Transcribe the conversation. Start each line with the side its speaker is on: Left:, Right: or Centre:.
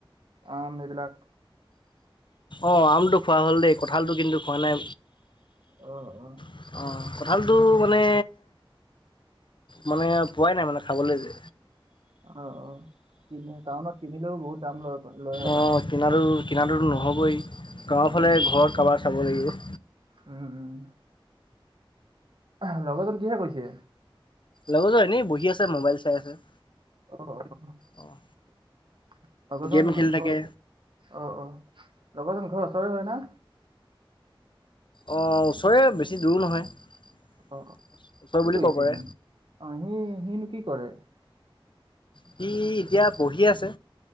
Right: আম এইবিলাক
Left: অঁ আমটো খোৱা হ'ল দেই কঁঠালটো কিন্তু খোৱা নাই।
Right: আহ আহ।
Left: অ', কঁঠালটো মানে মানে পোৱাই নাই মানে খাবলৈ যে
Right: অ অ ক টাউনত কিনিলেও বহুত দাম লয়। লয় হপায়।
Left: অঁ কিনাটো কিনাটো নহ'বই গাঁৱৰ
Right: উম,
Left: ফালে ঘৰ কাৰোবাৰ চাব লাগিব।
Right: উম। আহ লগৰজন কিহে কৈছে?
Left: লগৰ জন এনে বহি আছে মোবাইল চাই আছে।
Right: অ লগজন
Left: অ', গেম খেলি থাকে।
Right: ঘৰ উছৰে অ অ লগতজন ঘৰ ওচৰে হয়। না
Left: অ ওচৰৰে বেছি দূৰো নহয়।
Right: অ
Left: ওচৰ
Right: কি
Left: বুলি
Right: কৰিছে
Left: ক'ব পাৰে
Right: অ সি সিনো কি কৰে।
Left: সি এতিয়া পঢ়িয়ে আছে